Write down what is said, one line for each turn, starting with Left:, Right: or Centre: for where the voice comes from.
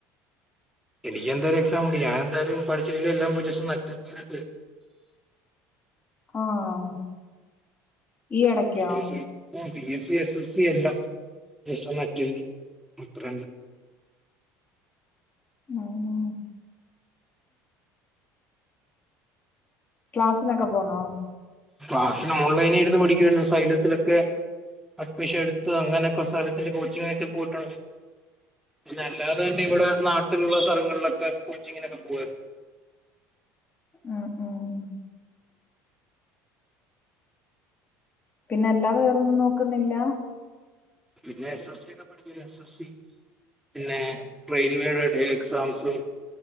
Centre: എനിക്ക് എന്തായാലും എക്സാം ഉണ്ട് ഞാൻ എന്തായാലും പഠി എല്ലാം പോയി ജസ്റ്റ് ഒന്നു അറ്റ് <unintelligible>
Left: ആഹ് ഈ എടക്കോ
Centre: P S C P S C S L C എല്ലാം <unintelligible> ഇത്രല്ല
Left: ആഹ് ക്ലാസിനൊക്കെ പോണോ
Centre: ക്ലാസിന് ഓൺലൈനിരുന്നു പഠിക്കുവാരുന്നു സൈലത്തിലൊക്കെ അഡ്മിഷൻ എടുത്ത് അങ്ങനൊക്കെ സ്ഥലത്തിന്റെ കോച്ചിങ്ങിനൊക്കെ പോയിട്ടുണ്ട് പിന്നെ അല്ലാതെ തന്നെ ഇവിടെ നാട്ടിലുള്ള സ്ഥലങ്ങളിലൊക്കെ കോച്ചിങ്ങിനൊക്കെ പോവാരുന്നു
Left: ഉം ഉം പിന്നെ അല്ലാതെ വേറൊന്നും നോക്കുന്നില്ല
Centre: പിന്നെ എസ്എസ് സിയൊക്കെ പഠിച്ച് എസ് എസ് സി പിന്നെ റെയിൽവേയുടെ ഡേ എക്സാംസും